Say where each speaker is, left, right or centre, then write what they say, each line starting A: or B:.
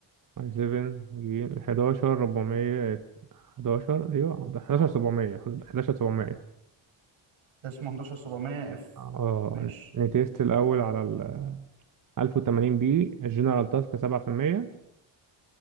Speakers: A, on the right; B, on the right.
A: اي 7 جيل 11 400 11 ايوه ده 11
B: اه
A: 700 11 700
B: اسمه 11700 اف
A: اه
B: ماشي
A: نتيست الأول على ال 1080 بي الجنرال تاسك 7%